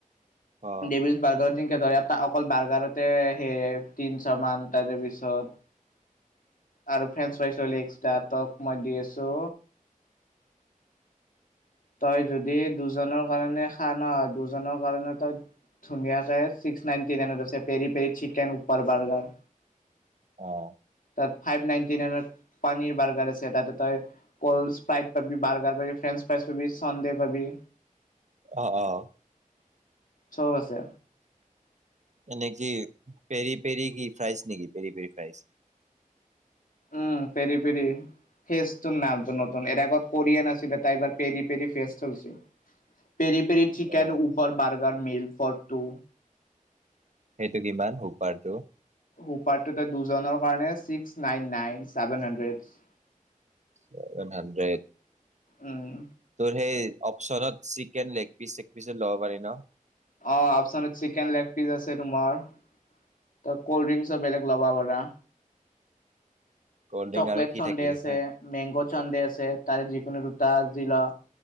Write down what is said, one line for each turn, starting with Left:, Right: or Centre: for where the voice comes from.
Right: অ
Left: দেভীল্ছ বাৰ্গাৰ যেংকে ধৰ অকল বাৰ্গাৰতে সে তিনশ মান তাৰে পিছত আৰু ফ্ৰেঞ্চ ফ্ৰাইছ ধৰিলো এক্সা তোক মই দি আছো তই যদি দুজনৰ কাৰণে খা নহ দুজনৰ কাৰণে তই ধুনীয়াকে ছিক্স নাইনটি নাইনত আছে পেৰি পেৰি চিকেন ওপৰ বাৰ্গাৰ
Right: অ'
Left: তাত ফাইভ নাইনটি নাইনত পানীৰ বাৰ্গাৰ আছে তাতে তই কোল্ড স্প্ৰাইট পাবি বাৰ্গাৰ পাবি ফ্ৰেঞ্চ ফ্ৰাইছ পাবি চন্দে পাবি
Right: অ', অ'
Left: চব আছে
Right: এনে কি পেৰি পেৰি কি ফ্ৰাইজ নেকি peri peri fries
Left: um peri peri ফেচটো নামটো নতুন এৰ আগত কৰিয়েন আছিলে তা এবাৰ পেৰি পেৰি ফেষ্ট হৈ উঠছে পেৰি পেৰি চিকেন
Right: অ
Left: উপৰ বাৰ্গাৰ মিল ফৰ্ টু
Right: সেইটো কিমান হুপাৰটো
Left: হুপাৰটো দুজনৰ কাৰণে six nine nine seven hundred
Right: seven hundred
Left: উম
Right: তোৰ সেই অপচনত চিকেন লেগ পিচ চেগ পিচচোন ল'ব পাৰি ন
Left: অ', আপচ চিকেন লেগ পিচ আছে তোমাৰ তো কল্ড্ৰিংছো বেলেগ লবা পাৰা
Right: কল্ড ড্ৰিংক
Left: চকলেট
Right: আৰু কি
Left: চন্দে
Right: থাকিল
Left: আছে
Right: হে
Left: মেংগো চন্দে আছে তাৰে যিকোনো দুটা যি লোৱা